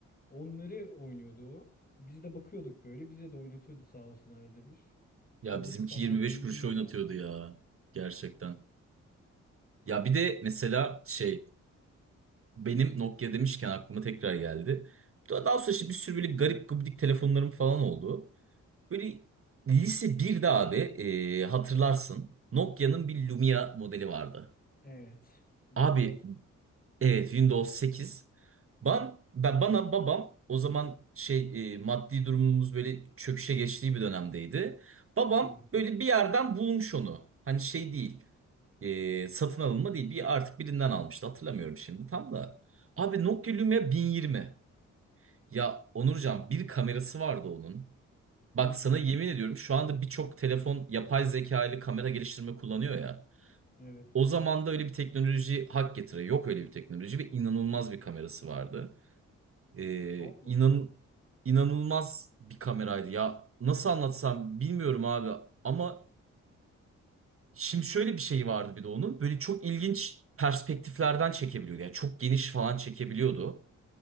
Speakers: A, on the left; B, on the right.
A: Onları oynuyordu o. Biz de bakıyorduk böyle. Bize de oynatıyordu sağ olsun arada bir.
B: Ya
A: Babası
B: bizimki
A: falan
B: 25
A: zengindi
B: kuruşa oynatıyordu
A: zaten.
B: ya gerçekten. Ya bir de mesela şey benim Nokia demişken aklıma tekrar geldi. Daha daha sonra işte bir sürü böyle garip gubidik telefonlarım falan oldu. Böyle lise birde abi e, hatırlarsın Nokia'nın bir Lumia modeli vardı.
A: Evet. Windows.
B: Abi evet Windows 8. Ben, ben bana babam o zaman şey e, maddi durumumuz böyle çöküşe geçtiği bir dönemdeydi. Babam
A: Hı hı.
B: böyle bir yerden bulmuş onu. Hani şey değil. e, satın alınma değil. Bir artık birinden almıştı. Hatırlamıyorum şimdi tam da. Abi Nokia Lumia 1020. Ya Onurcan bir kamerası vardı onun. Bak
A: Hı hı.
B: sana yemin ediyorum şu anda birçok telefon yapay zeka ile kamera geliştirme kullanıyor ya.
A: Evet.
B: O zaman da öyle bir teknoloji hak getire. Yok öyle bir teknoloji ve inanılmaz bir kamerası vardı. Ee,
A: Allah
B: inan,
A: Allah.
B: inanılmaz bir kameraydı ya. Nasıl anlatsam bilmiyorum abi ama şimdi şöyle bir şey vardı bir de onun. Böyle çok ilginç perspektiflerden çekebiliyordu. Yani çok geniş falan çekebiliyordu.